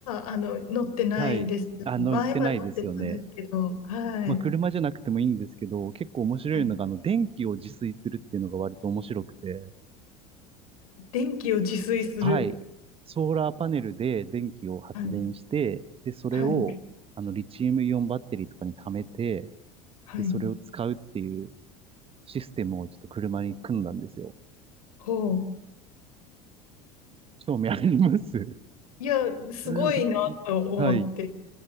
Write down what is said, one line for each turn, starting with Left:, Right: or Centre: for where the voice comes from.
Left: あの、乗ってないです。
Right: はい。あ、
Left: 前は乗ってたんですけど、
Right: 乗ってないですよね。
Left: はい。
Right: まあ、車じゃなくてもいいんですけど、結構面白いのが、
Left: はい、
Right: あの、電気を自炊するっていうのが割と面白くて。
Left: 電気を自炊する。
Right: はい。ソーラーパネルで電気を発電して、
Left: はい。
Right: で、それを、
Left: はい。
Right: あの、リチウムイオンバッテリーとかに貯めて、
Left: はい。
Right: で、それを使うっていうシステムをちょっと車に組んだんですよ。
Left: ほう。
Right: 興味あります
Left: いや、すごいなと思って。
Right: <laughs> はい。